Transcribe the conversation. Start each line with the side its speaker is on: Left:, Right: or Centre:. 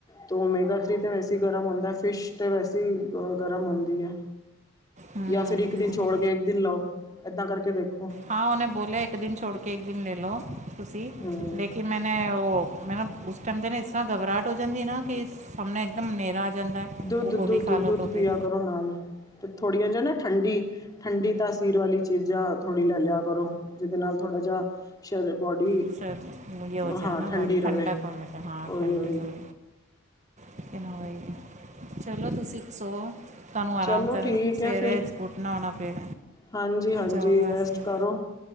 Left: ਤੋਂ ਮੇਗਾ ਥਰੀ ਤੇ ਵੈਸੇ ਗਰਮ ਹੁੰਦਾ ਫਿਸ਼ ਤੇ ਵੈਸੇ ਗਰਮ ਹੁੰਦੀ ਐ।
Right: ਹਮ
Left: ਜਾਂ ਫਿਰ ਇਕ ਦਿਨ
Right: ਉਹੀ।
Left: ਛੋੜ ਕੇ ਇਕ ਦਿਨ ਲਓ ਏਦਾਂ ਕਰਕੇ ਦੇਖੋ
Right: ਹਾਂ, ਉਹਨੇ ਬੋਲਿਆ ਇਕ ਦਿਨ ਛੋੜ ਕੇ ਇਕ ਦਿਨ ਲੈ ਲਓ ਤੁਸੀ
Left: ਹੂੰ
Right: ਲੇਕਿਨ ਮੈਨੇ ਉਹ ਮ ਉਸ ਟਾਈਮ ਤੇ ਇਸ ਤਰਾਂ ਘਬਰਾਹਟ ਹੋ ਜਾਂਦੀ ਨਾ ਕਿ ਸਾਹਮਣੇ ਇਕਦਮ ਹਨੇਰਾ ਜਾਂਦਾ ਹੈ
Left: ਦੁੱਧ-ਦੁੱਧ-ਦੁੱਧ
Right: ਉਹ ਗੋਲੀ ਖਾ ਲਓ ਤਾਂ
Left: ਪੀਆ
Right: ਫਿਰ
Left: ਕਰੋ ਨਾਲ ਤੇ ਥੋੜ੍ਹੀ ਓ ਜੋ ਨਾ ਠੰਡੀ ਠੰਡੀ ਤਾਸੀਰ ਵਾਲੀ ਚੀਜ਼ਾਂ ਥੋੜ੍ਹੀ ਲੈ ਲਿਆ ਕਰੋ ਜਿਹਦੇ ਨਾਲ ਥੋੜ੍ਹਾ ਜਿਹਾ ਸ਼ਰ ਬੋਡੀ।
Right: <unintelligible> ਹੋ ਜਾਏ
Left: ਹਾਂ
Right: ਨਾ
Left: ਠੰਡੀ
Right: ਬਾਡੀ
Left: ਰਹੇ
Right: ਠੰਡਾ <unintelligible> ਹਾਂ
Left: ਉਹੀ
Right: ਠੰਡੀ
Left: ਉਹੀ
Right: ਹੋਏ। ਲੇਕਿਨ ਚਲੋ ਤੁਸੀਂ ਸੋ। ਤੁਹਾਨੂੰ ਆਰਾਮ
Left: ਚਲੋ
Right: ਕਰਨ
Left: ਠੀਕ
Right: ਸਵੇਰੇ
Left: ਹੈ ਫਿਰ
Right: ਉਠਣਾ ਹੋਣਾ ਫਿਰ।
Left: ਹਾਂਜੀ ਹਾਂਜੀ,
Right: ਜਾਓ ਬਸ
Left: ਰੈਸਟ ਕਰੋ